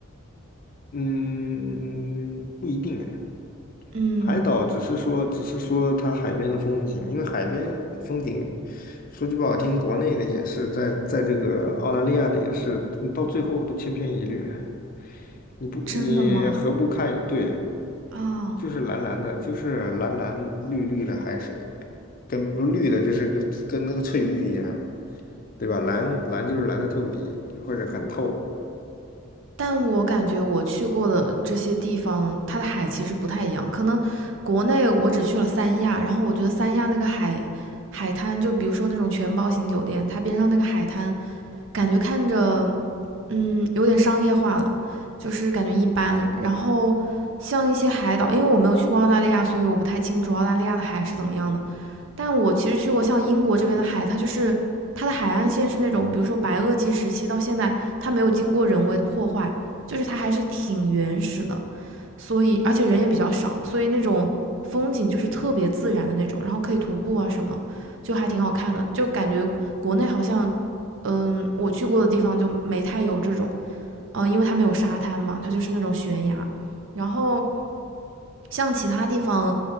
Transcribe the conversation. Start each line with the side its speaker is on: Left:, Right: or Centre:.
Left: 嗯，不一定哎。
Right: 嗯，
Left: 海岛只是说，只是说它海边的风景，因为海边风景，说句不好听，国内的也是，在在这个澳大利亚的也是，你到最后都千篇一律哎。你不，
Right: 真的吗？
Left: 你何不看？对，
Right: 啊，
Left: 就是蓝蓝的，就是蓝蓝绿绿的海水，跟不绿的就是跟跟那个翠玉一样，对吧？蓝蓝就是蓝的透底，或者很透。
Right: 但我感觉我去过的这些地方，它的海其实不太一样。可能国内我只去了三亚，然后我觉得三亚那个海海滩，就比如说那种全包型酒店，它边上那个海滩，感觉看着嗯有点商业化了，就是感觉一般。然后像一些海岛，因为我没有去过澳大利亚，所以我不太清楚澳大利亚的海是怎么样的。但我其实去过像英国这边的海，它就是它的海岸线是那种，比如说白垩纪时期到现在，它没有经过人为的破坏，就是它还是挺原始的，所以而且人也比较少，所以那种风景就是特别自然的那种，然后可以徒步啊什么，就还挺好看的，就感觉国内好像，嗯，我去过的地方就没太有这种，呃，因为它没有沙滩嘛，它就是那种悬崖，然后。像其他地方，